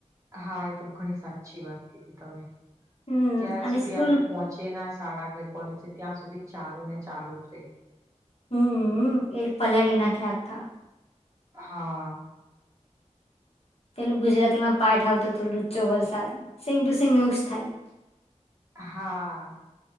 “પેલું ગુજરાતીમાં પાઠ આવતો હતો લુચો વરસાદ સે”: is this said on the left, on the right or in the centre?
Left